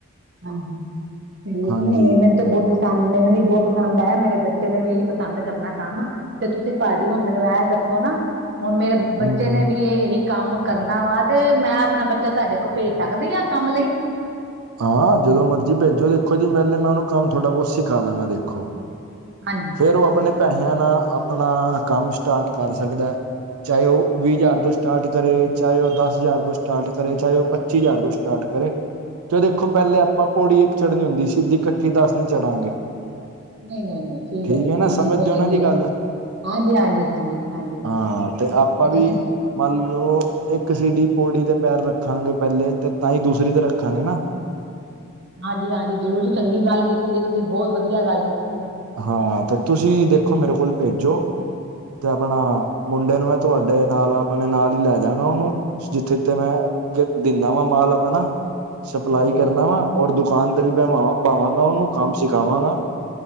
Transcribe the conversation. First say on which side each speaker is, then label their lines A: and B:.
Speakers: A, on the right; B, on the right.
A: ਹਾਂ ਤੇ ਨਹੀਂ
B: ਹਾਂਜੀ
A: ਨਹੀਂ ਮੈਨੂੰ ਤੇ ਬਹੁਤ ਪਸੰਦ। ਸ ਮੈਨੂੰ ਵੀ ਬਹੁਤ ਪਸੰਦ ਆਇਆ, ਮੇਰੇ ਬੱਚੇ ਨੇ ਵੀ ਇਹੀ ਪਸੰਦ ਕਰਨਾ ਕੰਮ। ਤੇ ਤੁਸੀਂ ਭਾਜੀੂ ਹੁਣ ਮੈਨੂੰ ਐਂ ਦੱਸੋ ਨਾ, ਹੁਣ ਮੇਰੇ
B: ਹਮ
A: ਬੱਚੇ ਨੇ ਵੀ ਇਹੀ ਕੰਮ ਕਰਨਾ ਵਾ, ਤੇ ਮੈਂ ਆਪਣਾ ਬੱਚਾ ਤੁਹਾਡੇ ਕੋਲ ਭੇਜ ਸਕਦੀ ਹਾਂ ਕੰਮ ਲਈ?
B: ਹਾਂ ਜਦੋਂ ਮਰਜ਼ੀ ਭੇਜੋ, ਦੇਖੋ ਜੀ ਮਹਿਲੇ ਮੈਂ ਉਹਨੂੰ ਕੰ ਥੋੜਾ ਬਹੁਤ ਸਿਖਾ ਦਾਂਗਾ ਦੇਖੋ
A: ਹਾਂਜੀ।
B: ਫਿਰ ਉਹ ਆਪਣੇ ਪੈਸਿਆਂ ਨਾਲ, ਆਪਣਾ ਕੰਮ ਸਟਾਰਟ ਕਰ ਸਕਦਾ ਹੈ। ਚਾਹੇ ਉਹ
A: ਹਾਂਜੀ
B: ਵੀਹ ਹਜ਼ਾਰ ਤੋਂ ਸਟਾਰਟ ਕਰੇ, ਚਾਹੇ ਉਹ ਦਸ ਹਜ਼ਾਰ ਤੋਂ ਸਟਾਰਟ ਕਰੇ, ਚਾਹੇ ਉਹ ਪੱਚੀ ਹਜ਼ਾਰ ਤੋਂ ਸਟਾਰਟ ਕਰੇ। ਜ ਦੇਖੋ ਪਹਿਲੇ ਆਪਾਂ ਪੌੜੀ ਇੱਕ ਚੜ੍ਹਨੀ ਹੁੰਦੀ, ਸੀਿੱਧੀ ਇਕੱਠੀ ਦਸ ਨੀ ਚੜਾਂਗੇ।
A: ਨਹੀਂ ਨਹੀਂ ਨਹੀਂ
B: ਠੀਕ
A: ਜੀ
B: ਹੈ ਨਾ, ਸਮਝਦੇ
A: ਬਹੁਤ
B: ਹੋ
A: ਚੰਗੀ
B: ਨਾ ਜੀ ਗੱਲ।
A: ਹਾਂਜੀ ਹਾਂਜੀ ਹਾਂਜੀ ਹਾਂਜੀ ਤੇ
B: ਹਾਂ, ਤੇ ਆਪਾਂ ਵੀ
A: ਤੁਸੀਂ
B: ਮੰਨ ਲਓ ਇੱਕ ਸੀਡੀ ਪੌੜੀ ਦੇ ਪੈਰ ਰੱਖਾਂਗੇ ਪਹਿਲੇ, ਤੇ ਤਾਂ ਹੀ ਦੂਸਰੀ ਤੇ ਰੱਖਾਂਗੇ ਨਾ।
A: ਹਾਂਜੀ ਹਾਂਜੀ ਜ਼ਰੂਰ, ਚੰਗੀ ਗੱਲ ਕੀਤੀ ਜ ਤੁਸੀਂ, ਬਹੁਤ ਵਧੀਆ ਗੱਲ ਕੀਤੀ ਹੈ।
B: ਹਾਂ, ਤੇ ਤੁਸੀਂ ਦੇਖੋ ਮੇਰੇ ਕੋਲ ਭੇਜੋ, ਤੇ ਆਪਣਾ ਮੁੰਡੇ ਨੂੰ ਮੈਂ ਤੁਹਾਡੇ ਨਾਲ, ਆਪਣੇ ਨਾਲ ਹੀ ਲੈ ਜਾਗਾ ਉਹਨੂੰ। ਜਿੱਥੇ ਜਿੱਥੇ ਮੈਂ ਦਿੰਦਾ ਵਾ, ਮਾਲ ਆਪਣਾ ਸਪਲਾਈ
A: ਹਾਂਜੀ
B: ਕਰਨਾ
A: ਹਾਂਜੀ
B: ਵਾ, ਔਰ ਦੁਕਾਨ ਤੇ ਵੀ ਬ ਪਾਵਾਂਗਾ ਉਹਨੂੰ, ਕੰਮ ਸਿਖਾਵਾਂਗਾ